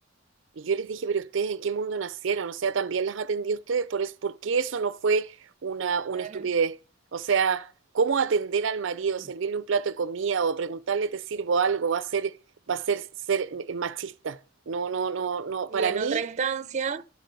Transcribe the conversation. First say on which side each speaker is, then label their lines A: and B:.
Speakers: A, on the right (about 70°); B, on the right (about 35°).
A: Y yo les dije, pero ustedes en qué mundo nacieron, o sea, también las atendí a ustedes, por eso, ¿por qué eso no fue una, una
B: Claro.
A: estupidez? O sea, ¿cómo atender al marido,
B: y,
A: servirle un plato de comida o preguntarle te sirvo algo va a ser, va a ser, ser machista? No, no, no, no,
B: y
A: para
B: en
A: mí,
B: otra instancia